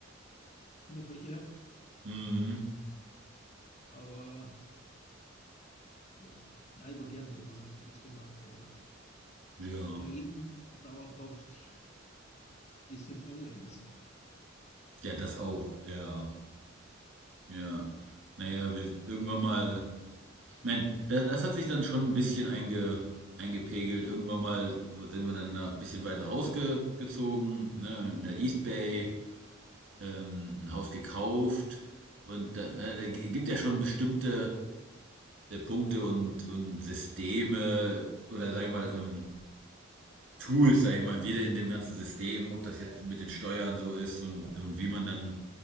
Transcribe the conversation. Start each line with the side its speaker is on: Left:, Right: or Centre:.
Left: von der Fläche her.
Right: Mhm.
Left: Aber Ja, nein, ich war gern dort, also mir hat's viel taugt, aber
Right: Ja.
Left: Leben dauerhaft ist halt dann was Eigenes.
Right: Ja, das auch. Ja. Ja. Naja, wir, irgendwann mal. Man, das, das hat sich dann schon ein bisschen einge, eingepegelt. Irgendwann mal sind wir dann nach, ein bisschen weiter rausgezogen, ne, in der East Bay.
Left: Ja,
Right: ähm, ein Haus gekauft und äh, gibt ja schon bestimmte äh, Punkte und, und Systeme oder sag ich mal, ähm, Tools, sag ich mal, wieder in dem ganzen System, ob das jetzt mit den Steuern so ist und, und wie man dann,